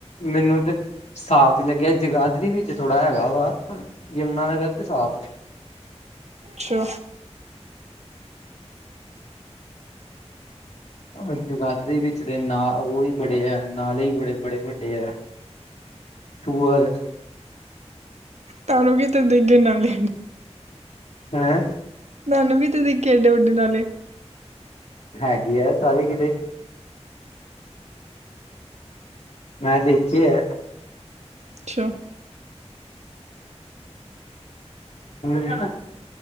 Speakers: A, on the left (about 70°); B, on the right (about 70°).
A: ਮੈਨੂੰ ਤੇ ਸਾਫ਼ ਹੀ ਲੱਗਿਆ ਜਗਾਦਰੀ ਵਿੱਚ ਥੋੜਾ ਹੈਗਾ ਵਾ। ਯਮਨਾ ਨਗਰ ਤੇ ਸਾਫ ਹੈ।
B: ਚਾ
A: ਉਹ ਜਗਾਦਰੀ ਵਿੱਚ ਦੇ ਨਾ ਉਹ ਵੀ ਬੜੇ ਹੈ ਨਾਲੇ ਹੀ ਬੜੇ ਬੜੇ ਵੱਡੇ ਹੈ ਪੂਵਰ
B: ਤੁਹਾਨੂੰ ਕਿੱਥੇ ਦਿੱਖ ਗਏ ਨਾਲੇ
A: ਹੈਂ
B: ਤੁਹਾਨੂੰ ਕਿੱਥੇ ਦਿੱਖ ਗਏ ਏਡੇ ਵੱਡੇ ਨਾਲੇ
A: ਹੈਗੀ ਆ ਸਾਰੇ ਕਿਤੇ ਮੈਂ ਦੇਖੇ ਹੈ
B: ਅੱਛਾ
A: ਮਿਲ ਜਾਣਾ